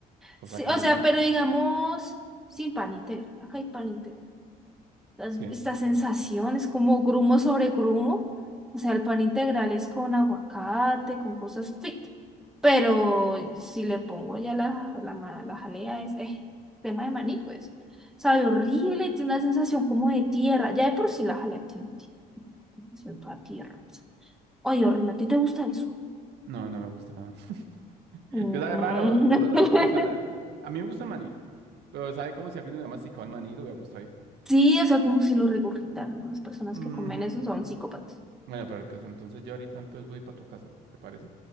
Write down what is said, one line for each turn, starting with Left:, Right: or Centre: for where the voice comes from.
Right: cosa
Centre: Sí,
Right: que
Centre: o
Right: los
Centre: sea,
Right: gringos,
Centre: pero digamos, sin pan integral, acá hay pan integral. las-
Right: sí,
Centre: esta sensación, es como grumo sobre grumo. O sea, el pan integral es con aguacate, con cosas fit. Pero si le pongo ya la, la, ma- la jalea, es eh, tema de maní, pues. Sabe horrible, tiene una sensación como de tierra. Ya de por sí la jalea tiene tiene sensación toda tierra. Oye, horrible, ¿a ti te gusta eso?
Right: no, no me gusta. <laughs>
Centre: Mm.
Right: Que sabe raro, o sea,
Centre: <laughs>
Right: es como salada. es como- A mí me gusta el maní, pero sabe como si alguien hubiera masticado el maní y lo hubiera puesto ahí.
Centre: Sí, o sea, como si lo regurgitaran. ¿no? Las personas
Right: Ujú.
Centre: que comen eso son psicópatas.
Right: Bueno, pero el caso, entonces yo ahorita entonces voy para tu casa, ¿te parece?